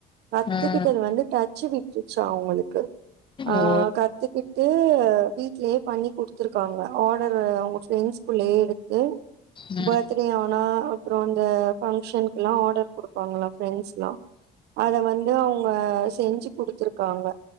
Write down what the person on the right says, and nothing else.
கத்துக்கிட்டது
வந்து டச்சு விட்டுருச்சா அவுங்களுக்கு ஆ
கத்துக்கிட்டு வீட்லியே பண்ணி குடுத்துரு க்காங்க ஆடரு அவுங்க ஃபிரெண்ட்ஸ்குள்ளயே எடுத்து
பத்டே ஆனா அப்பறோ அந்த பங்க்ஷன்க்குலா ஆடர் குடுப்பாங்களா ஃப்ரெண்ட்ஸ்லா அத வந்து அவுங்க செஞ்சி குடுத்துருக்காங்க